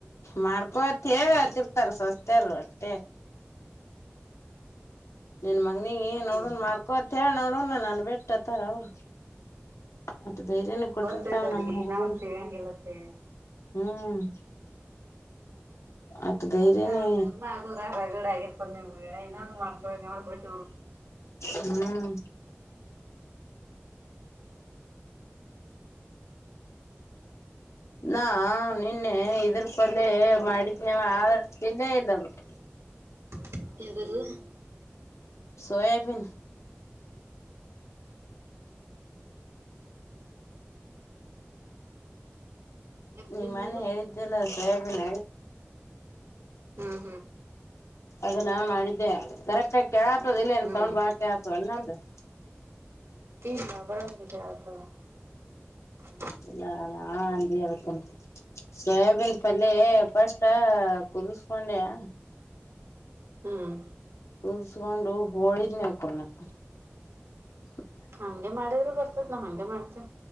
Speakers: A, on the left; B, on the right.
A: ಮಾಡ್ಕೊತ್ ಹೇಳತ್ತರ್ತಾರ ಸವಸ್ತಾರ ಅಷ್ಟ ನಿನ್ ಮಗನಿಗೆ ಏ ನೋಡಣ
B: ಹ್ಮ್
A: ಮಾಡ್ಕೊತ್ತ ಹೇಳ ನೋಡಣ ನನ್ ಬಿಟ್ಟತ್ತಾರ ಅವರು ಮತ್ತೆ ಧೈರ್ಯನ ಕೊಟ್ಟಿರ್ತಾವ
B: ಗೊತ್ತೈತೆ ಅವ್ರಿಗೆ
A: ನಮ್ ಹುಗಗರು
B: ಇನ್ನೂ ಒಂದು ಸಿಗಂಗಿಲ್ಲ ಅಂತ ಹೇಳಿ
A: ಹ್ಮ್ ಅಟ್ ಧೈರ್ಯನೇ
B: ನಮ್ಮಮ್ಮ ಅಗರ ಹೊಗಡೆ ಆಗಿರ್ಬಂದ ನಿಮ್ಗೆ ಇನ್ನೊ ಮಾಡ್ಕ ಅವರು ಬಟ್ಟ
A: ಹ್ಮ್ ನಾ ನಿನ್ನೆ ಇದ್ರ ಪಲ್ಲೆ ಮಾಡಿದ್ನವ ಅದಿರೆ ತಿಂದೆ ಇಲ್ಲ <inaudible>
B: <unintelligible>
A: ಸೋಯಬೀನ್
B: ಯಾಕೆ
A: ನಿಮ್ಮನೆ
B: ತಿನ್ಲಿಲ್ಲ
A: ಹೇಳಿದ್ದೆಲ್ಲ ಸೊಯಬಿನ್
B: ಹ್ಮ
A: ಅದನ್ನಾ ಮಾಡಿದ್ದೆ ಕರೆಕ್ಟ ಆಗಿ ಕೇಳತದ ಇಲ್ಲನ್
B: ಹ್ಮ್
A: ಸೌಂಡ್ ಬಾಳ ಕೇಳತವ ಇನ್ನಂದ <inaudible>
B: <unintelligible>
A: ಇಲ್ಲಾ ನಾ ಅಜತ್ತಂ ಸೋಯಾಬೀನ್ ಪಲ್ಯ ಫಸ್ ಕುದಿಸಕೊಂಡ್ಯಾ
B: ಹ್ಮ್
A: ಕಲ್ಸ್ಕೊಂಡು ಹೋಳಿದ್ <unintelligible>
B: ಹಗೆ ಮಾಡಿದ್ರು ಬರ್ತದ ನಾ ಹಂಗೆ ಮಾಡ್ತೆ